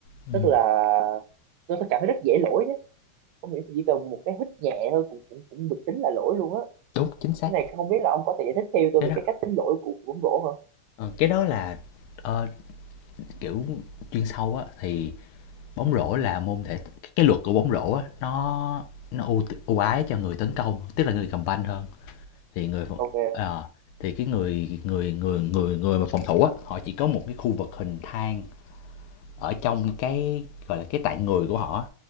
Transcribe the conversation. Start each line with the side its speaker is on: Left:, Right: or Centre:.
Left: ừ.
Right: tức là tôi thấy cảm thấy rất dễ lỗi không hiểu chỉ cần một cái hít nhẹ thôi cũng cũng cũng được tính là lỗi luôn á
Left: đúng chính xác
Right: cái này không biết là ông có thể giải thích theo tôi
Left: cái
Right: về
Left: đó
Right: cái cách tính lỗi của của bóng rổ không
Left: ờ, cái đó là ờ, kiểu chuyên sâu á thì bóng rổ là môn thể cái luật của bóng rổ á nó nó ưu, ưu ái cho người tấn công tức là người cầm banh hơn thì người phòng-
Right: ok
Left: ờ, thì cái người người người người người mà phòng thủ á họ chỉ có một cái khu vực hình thang ở trong cái gọi là cái tạng người của họ